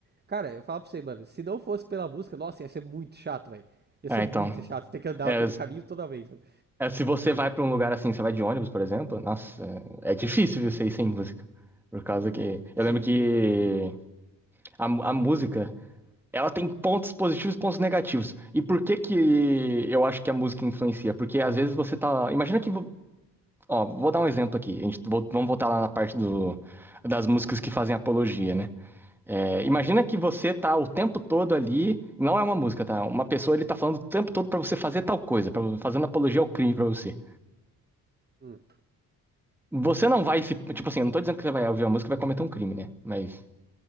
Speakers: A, on the right (about 25°); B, in the centre.
A: Cara, eu falo pra você, mano, se não fosse pela música, nossa, ia ser muito chato, velho. Ia
B: É,
A: ser muito
B: então.
A: chato ter que andar
B: É,
A: aquele caminho toda vez. mano.
B: É, se você vai pra um lugar assim, você vai de ônibus, por exemplo, nossa, é é difícil você ir sem música. Por causa que.
A: Sim,
B: Eu lembro que
A: mano.
B: a, mu- a música, ela tem pontos positivos e pontos negativos. E por que que eu acho que a música influencia? Porque às vezes você tá. Imagina que. vo- Ó, vou dar um exemplo aqui. A gente, vol- vamos voltar lá na parte do, das músicas que fazem apologia, né? É, imagina que você tá o tempo todo ali, não é uma música, tá? Uma pessoa ele tá falando o tempo todo pra você fazer tal coisa, pra, fazendo apologia ao crime pra você.
A: Hum,
B: Você não vai se. Tipo assim, eu não tô dizendo que você vai ouvir a música e vai cometer um crime, né? Mas